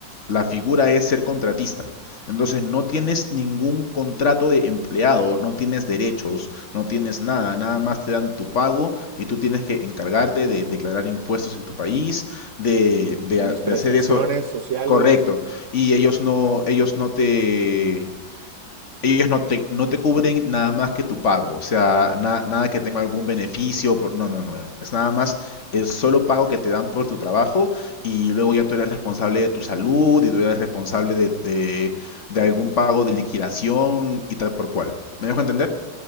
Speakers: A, on the left (about 45°); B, on the right (about 65°).
A: la figura es ser contratista. Entonces no tienes ningún contrato de empleado, no tienes derechos, no tienes nada, nada más te dan tu pago y tú tienes que encargarte de declarar impuestos en tu país, de, de
B: De
A: ha-
B: mis prestaciones
A: de hacer eso
B: sociales,
A: correcto. Y ellos no, ellos no te, ellos no te, no te cubren nada más que tu pago, o sea, na- nada que tenga algún beneficio, por- no, no, no, es nada más el solo pago que te dan por tu trabajo y luego ya tú eres responsable de tu salud y tú eres responsable de, de, de algún pago de liquidación y tal por cual. ¿Me dejo entender?